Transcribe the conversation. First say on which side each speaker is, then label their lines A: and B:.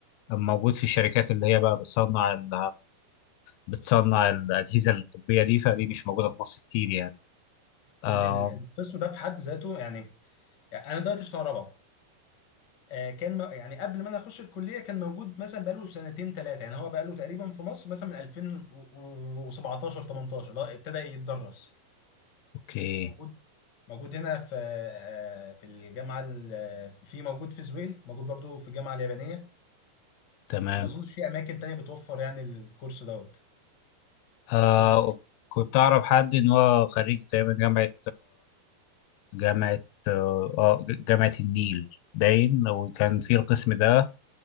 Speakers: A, on the left (about 80°); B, on the left (about 45°).
A: اما موجود في الشركات اللي هي بقى بتصنع ال- بتصنع الاجهزه الطبيه دي فدي مش موجوده في مصر كتير يعني
B: ال-
A: آه
B: ال- القسم ده في حد ذاته يعني يعني انا دلوقتي في سنه رابعه آه، كان م- يعني قبل ما انا اخش الكليه كان موجود مثلا بقاله سنتين ثلاثه يعني هو بقاله تقريبا في مصر مثلا من 2017 18 اللي هو ابتدى يتدرس
A: اوكي
B: موجود موجود هنا في آه، في الجامعه ال- في موجود في زويل موجود برضو في الجامعه اليابانيه
A: تمام
B: ما اظنش في اماكن تانية بتوفر يعني الكورس دوت
A: آه
B: او القسم ده
A: كنت أعرف حد إن هو خريج تقريبا جامعة جامعة آه آه، جامعة النيل باين وكان في القسم ده